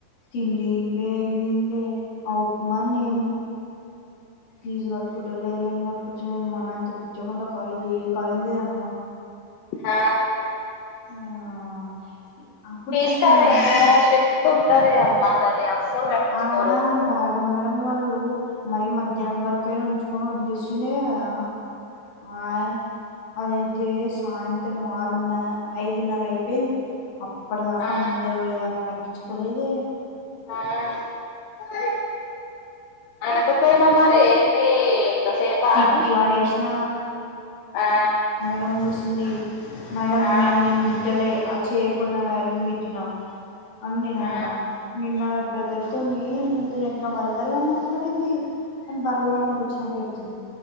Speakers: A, on the left (about 55°); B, on the left (about 85°).
A: తిండెం ఎంలే ఏం దిన్లె ఆ ఉప్మా నేను ఫీజు కట్టుకుంట లేరు ఏం కట్టుకుంట రు మా నాన్న చెపిచ్చ ముందు ఆ కాలేజ్ ఏ కాలేజ్ లేదమ్మా
B: ఆ
A: ఆ అప్పుడు
B: ఫేస్
A: వీళ్ళంతా
B: కాడ ఏ
A: చే
B: ష్ పెట్టుంటారే అమ్మ తల్లి అస్సలు పట్టించుకోరు
A: ఆహా బార్ గ మేడం వాళ్ళు మరిీ మధ్యాహ్నం వరకైనా ఉంచుకొని వదిలిషుండే కదా ఆ అదయితే సాయంత్రం ఆరున్న ఐదున్నర అయిపోయి అప్పటిదాకా
B: ఆ
A: అందరూ వోయేదాకా కట్టిచుకోలేదే
B: ఆ అనకపోయన మరి దీ ఎంతసేపా
A: తిట్టి
B: అని
A: పడేసిన
B: ఆ
A: డం బూసింది. మేడం
B: ఆ
A: నేన్ నిన్ తిట్టలే ఆ చెర్ కొన్న వాల్లు నీ తిట్టినా అన్ నేన్
B: ఆ
A: అన్నా, నిన్న అలా బ్రదర్ తోని నాతోని ఇట్లా వల్గర్ గా మాట్లాడింది అని భార్గవి మేడం కి వచ్చినాక ఎప్పిచింది.